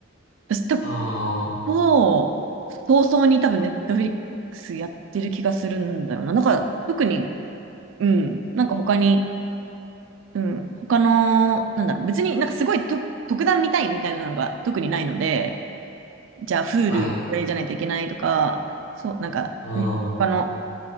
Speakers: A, on the right; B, on the left.
A: 私と、
B: ああ、
A: もう、早々に多分ネットフィリックスやってる気がするんだよな。なんか、特に、うん。なんか他に、うん。他の、なんだろう。別になんかすごいと特段見たいみたいなのが特にないので、じゃあ、Hulu
B: はい。
A: これじゃないといけないとか、そう、なんか、
B: うん。
A: ね、他の